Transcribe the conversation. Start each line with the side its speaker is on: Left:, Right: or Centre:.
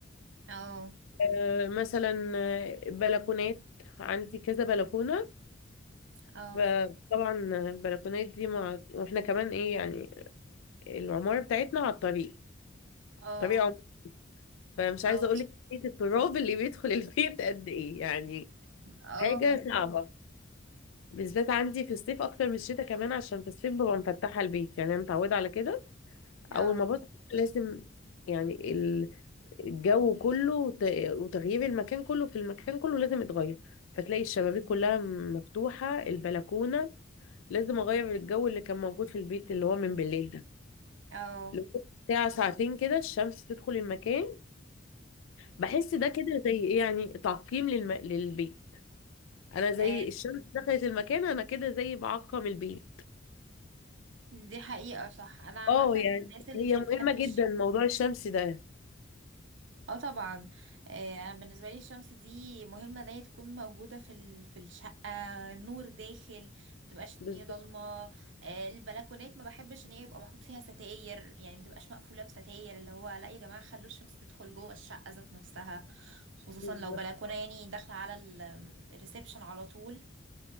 Right: اه
Left: آه، مثلا آه، بلكونات عندي كذا بلكونة
Right: اه
Left: فطبعا البلكونات دي مع... واحنا كمان ايه يعني العمارة بتاعتنا على الطريق
Right: اه
Left: طريق عمر فمش
Right: اه
Left: عايزة أقولك كمية التراب اللي بيدخل البيت قد ايه يعني
Right: اه
Left: حاجة صعبة بالذات عندي في الصيف اكتر من الشتاء كمان عشان في الصيف ببقى مفتحه البيت يعني انا متعوده على كده
Right: اه
Left: اول
Right: اه
Left: ما بصحى لازم يعني ال- الجو كله وت- وتغيير المكان كله في المكان كله لازم يتغير فتلاقي الشبابيك كلها مفتوحه البلكونه لازم اغير الجو اللي كان موجود في البيت اللي هو من بالليل ده
Right: اه
Left: لمدة ساعة ساعتين كده الشمس تدخل المكان بحس ده كده زي ايه يعني تعقيم للم... للبيت انا زي
Right: آه،
Left: الشمس دخلت المكان انا كده زي بعقم البيت
Right: دي حقيقة صح انا عامة
Left: اه يعني
Right: من الناس اللي
Left: هي مهمة
Right: بتحبش
Left: جدا موضوع الشمس ده
Right: اه طبعا آه، انا بالنسبه لي الشمس دي مهمه ان هي تكون موجوده في ال- في الشقه نور داخل ما تبقاش الدنيا
Left: بالظبط
Right: ضلمه آه، البلكونات ما بحبش ان هي يبقى محطوط فيها ستاير يعني ما تبقاش مقفوله بستاير اللي هو لا يا جماعه خلوا الشمس تدخل جوه الشقه ذات نفسها خصوصا
Left: بالظبط
Right: لو بلكونه يعني داخله على الريسبشن على طول